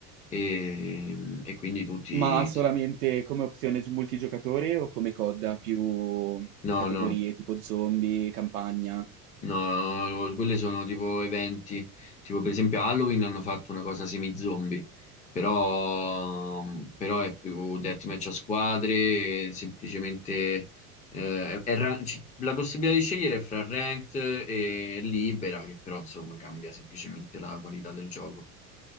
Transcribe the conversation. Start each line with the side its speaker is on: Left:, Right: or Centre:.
Left: e, e quindi tutti...
Right: Ma solamente
Left: ti-
Right: come opzione gi- multigiocatore o come coda più
Left: No,
Right: categorie
Left: no.
Right: tipo zombie, campagna?
Left: No, no, quelli sono tipo eventi, tipo per esempio Halloween hanno fatto una cosa semi-zombie, però, però è più deathmatch a squadre, e semplicemente eh, è- è ra- ci- la possibilità di scegliere è fra ranked e libera, che però insomma cambia semplicemente la qualità del gioco.